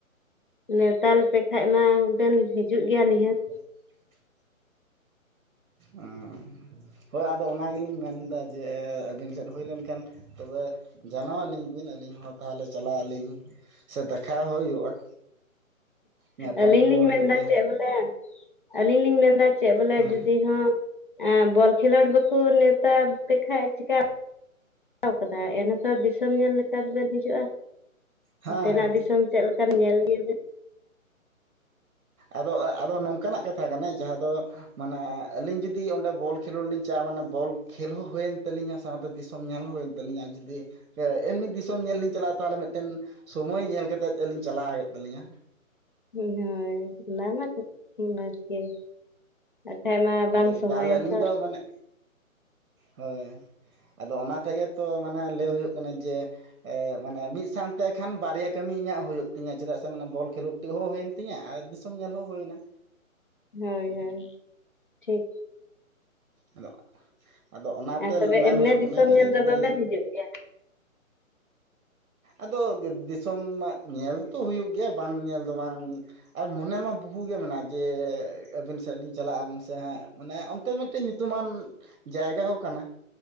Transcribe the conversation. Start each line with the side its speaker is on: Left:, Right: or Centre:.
Left: ᱱᱮᱭᱛᱟ ᱞᱮᱯᱮ ᱠᱷᱟᱡ ᱢᱟ ᱵᱮᱱ ᱦᱤᱡᱩᱜ ᱜᱮᱭᱟ ᱱᱤᱦᱟᱹᱛ
Right: <inaudible> ᱚᱸᱻ ᱾ ᱦᱳᱭ ᱟᱫᱚ ᱚᱱᱟ ᱜᱮᱞᱤᱧ ᱢᱮᱱᱫᱟ ᱡᱮ ᱟᱹᱵᱤᱱ ᱥᱮᱫ ᱦᱩᱭ ᱞᱮᱱᱠᱷᱟᱱ ᱛᱚᱵᱮ ᱡᱟᱱᱟᱣ ᱟᱹᱞᱤᱧ ᱵᱤᱱ ᱟᱹᱞᱤᱧ ᱦᱚᱸ ᱛᱟᱦᱚᱞᱮ ᱪᱟᱞᱟᱜ ᱟᱹᱞᱤᱧ ᱥᱮ ᱫᱮᱠᱷᱟᱣ ᱦᱩᱭᱩᱜᱼᱟ ᱧᱟᱯᱟᱢ
Left: ᱟᱹᱞᱤᱧ
Right: ᱦᱚᱸ
Left: ᱞᱤᱧ
Right: ᱦᱩᱭᱩᱜ
Left: ᱢᱮᱱᱫᱟ
Right: ᱜᱮᱭᱟ
Left: ᱪᱮᱫ ᱵᱚᱞᱮ ᱟᱹᱞᱤᱧ ᱞᱤᱧ ᱢᱮᱱᱫᱟ ᱪᱮᱫ ᱵᱚᱞᱮ
Right: ᱦᱮᱸ
Left: ᱡᱩᱫᱤ ᱦᱚᱸ ᱵᱚᱞ ᱠᱷᱮᱞᱳᱰ ᱵᱟᱠᱚ ᱱᱮᱣᱛᱟ ᱯᱮ ᱠᱷᱟᱡ ᱪᱮᱠᱟ ᱠᱟᱫᱟ ᱮᱱ ᱦᱚᱛᱚ ᱫᱤᱥᱚᱢ ᱧᱮᱞ ᱞᱮᱠᱟ ᱫᱚ ᱵᱮᱱ ᱦᱤᱡᱩᱜ-ᱟ ᱾
Right: ᱦᱮᱸ
Left: ᱱᱚᱛᱮᱱᱟᱜ
Right: ᱦᱮᱸ
Left: ᱫᱤᱥᱚᱢ ᱫᱤᱥᱚᱢ ᱪᱮᱫ ᱞᱮᱠᱟᱱ ᱧᱮᱞ ᱤᱫᱤᱭᱟ ᱵᱮᱱ
Right: ᱟᱫᱚ ᱟᱫᱚ ᱱᱚᱝᱠᱟᱱᱟᱜ ᱠᱟᱛᱷᱟ ᱠᱟᱱᱟ ᱡᱟᱦᱟᱸ ᱫᱚ ᱢᱟᱱᱮ ᱟᱹᱞᱤᱧ ᱡᱩᱫᱤ ᱚᱸᱰᱮ ᱵᱚᱞ ᱠᱷᱮᱞᱳᱰ ᱞᱤᱧ ᱪᱟᱜ-ᱟ ᱢᱟᱱᱮ ᱵᱚᱞ ᱠᱷᱮᱞ ᱦᱚᱸ ᱦᱩᱭᱮᱱ ᱛᱟᱹᱞᱤᱧᱟ ᱥᱟᱶᱛᱮ ᱫᱤᱥᱚᱢ ᱧᱮᱞ ᱦᱚᱸ ᱦᱩᱭᱮᱱ ᱛᱟᱹᱞᱤᱧᱟ ᱟᱨ ᱡᱩᱫᱤ ᱮᱢᱱᱤ ᱫᱤᱥᱚᱢ ᱧᱮᱞ ᱞᱤᱧ ᱪᱟᱞᱟᱜ-ᱟ ᱛᱟᱦᱚᱞᱮ ᱢᱤᱫᱴᱮᱱ ᱥᱚᱢᱚᱭ ᱧᱮᱞ ᱠᱟᱛᱮᱜ ᱟᱹᱞᱤᱧ ᱪᱟᱞᱟᱜ ᱦᱩᱭᱩᱜ ᱛᱟᱹᱞᱤᱧᱟ
Left: ᱦᱳᱭ ᱚᱱᱟ ᱢᱟ <unintelligible> ᱵᱷᱟᱜᱮ ᱜᱮ ᱵᱟᱠᱷᱟᱡ ᱢᱟ ᱵᱟᱝ
Right: ᱦᱳᱭ
Left: ᱥᱚᱢᱚᱭᱚᱜ
Right: ᱛᱟᱦᱚᱞᱮ ᱟᱹᱞᱤᱧ
Left: ᱟᱛᱚ
Right: ᱫᱚ ᱢᱟᱱᱮ ᱦᱳᱭ ᱟᱫᱚ ᱚᱱᱟ ᱛᱮᱜᱮ ᱛᱚ ᱢᱟᱱᱮ ᱞᱟᱹᱭ ᱦᱳᱭᱳᱜ ᱠᱟᱱᱟ ᱡᱮ ᱢᱟᱱᱮ ᱢᱤᱫ ᱥᱟᱶᱛᱮ ᱠᱷᱟᱱ ᱵᱟᱨᱭᱟ ᱠᱟᱹᱢᱤ ᱤᱧᱟᱹᱜ ᱦᱩᱭᱩᱜ ᱛᱤᱧᱟᱹ ᱪᱮᱫᱟᱜ ᱥᱮ ᱢᱟᱱᱮ ᱵᱚᱞ ᱠᱷᱮᱞᱳᱰ ᱚ ᱦᱚᱸ ᱦᱩᱭᱮᱱ ᱛᱤᱧᱟᱹ ᱟᱨ ᱫᱤᱥᱚᱢ ᱧᱮᱞ ᱦᱚᱸ ᱦᱩᱭᱮᱱᱟ
Left: ᱦᱳᱭ ᱦᱳᱭ ᱴᱷᱤᱠ
Right: ᱟᱫᱚ ᱟᱫᱚ ᱚᱱᱟᱛᱮ
Left: ᱟᱨ ᱛᱚᱵᱮ
Right: ᱢᱮᱱ
Left: ᱮᱢᱱᱤ
Right: ᱦᱩᱭᱩᱜ
Left: ᱫᱤᱥᱚᱢ
Right: ᱠᱟᱱᱟ ᱡᱮ
Left: ᱧᱮᱞ
Right: ᱡᱩᱫᱤ
Left: ᱫᱚ <inaudible>
Right: ᱟᱫᱚ ᱫᱤᱥᱚᱢ ᱢᱟ ᱧᱮᱞ ᱛᱚ ᱦᱩᱭᱩᱜ ᱜᱮᱭᱟ ᱵᱟᱝ ᱧᱮᱞ ᱫᱚ ᱵᱟᱝ ᱟᱨ ᱢᱚᱱᱮ ᱢᱟ ᱵᱚᱦᱩ ᱜᱮ ᱢᱮᱱᱟᱭ ᱡᱮ ᱟᱹᱵᱤᱱ ᱥᱮᱫ ᱞᱤᱧ ᱪᱟᱞᱟᱜᱼᱟ ᱥᱮ ᱦᱟᱜ ᱢᱟᱱᱮ ᱛᱟ ᱢᱤᱫ ᱴᱮᱱ ᱧᱩᱛᱩᱢᱟᱱ ᱡᱟᱭᱜᱟ ᱦᱚᱸ ᱠᱟᱱᱟ